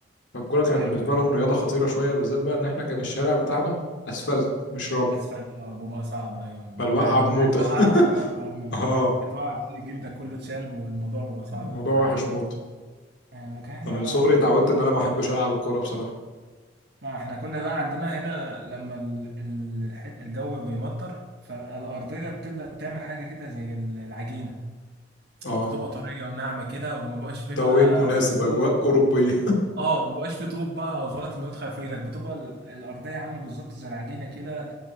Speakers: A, on the left; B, on the right.
A: فالكوره كانت
B: ايوه
A: بالنسبه
B: ايوه
A: لهم رياضه خطيره شويه بالذات بقى ان احنا كان الشارع بتاعنا اسفلت مش رمل
B: اسفلت اه بيبقى صعب ايوه
A: فالوقعه
B: يعني لو
A: بموته
B: وقعت وقعه ف
A: <laughs>
B: أيوة،
A: اه
B: لو وقعت وقعه هتلاقي جلدك كله اتشال والموضوع بيبقى صعب
A: الموضوع
B: أوي فعلا
A: وحش موت
B: آه لكن احنا
A: فمن
B: لا
A: صغري
B: احنا عندنا
A: اتعودت ان انا ما احبش العب الكوره بصراحه
B: ما احنا كنا بقى عندنا هنا لما ال- الحت الجو بيمطر فالأرضية بتبدأ تعمل حاجة كده زي ال- العجينة
A: اه
B: بتبقى طرية وناعمة كده وما بقاش فيه
A: توقيت
B: بقى
A: مناسب
B: طوب
A: اجواء اوروبيه
B: اه ما بقاش فيه طوب بقى او زلط انه يدخل في رجلك بتبقى ال- الأرضية عاملة بالظبط زي العجينة كده